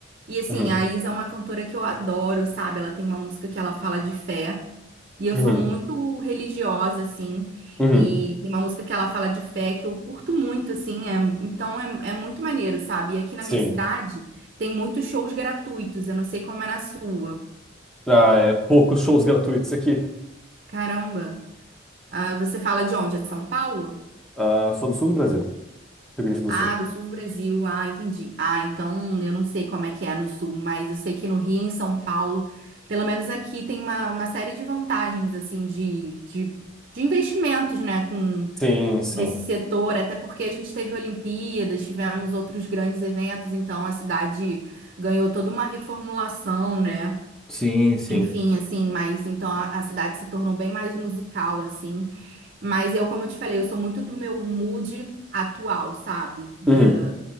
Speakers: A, on the right; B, in the centre.
A: E assim,
B: uhum,
A: a Isa é uma cantora que eu adoro, sabe? Ela tem uma música que ela fala de fé. E eu
B: uhum,
A: sou muito religiosa, assim.
B: uhum,
A: E tem uma música que ela fala de fé que eu curto muito, assim. é- então é, é muito maneiro, sabe? E aqui na
B: sim.
A: minha cidade tem muitos shows gratuitos. Eu não sei como é na sua.
B: Ah, é poucos shows gratuitos aqui.
A: Caramba. Ah, você fala de onde? É São Paulo?
B: Ah, sou do sul do Brasil, Rio Grande do
A: Ah,
B: Sul.
A: do sul do Brasil. Ah, entendi. Ah, então eu não sei como é que é no sul, mas eu sei que no Rio, em São Paulo, pelo menos aqui tem uma, uma série de vantagens, assim, de, de, de investimentos, né, com
B: Sim, sim.
A: nesse setor, até porque a gente teve Olimpíadas, tivemos outros grandes eventos, então a cidade ganhou toda uma reformulação, né?
B: Sim, sim.
A: Enfim, assim, mas então a, a cidade se tornou bem mais musical, assim. Mas eu, como eu te falei, eu sou muito do meu mood atual, sabe? Da-
B: Uhum,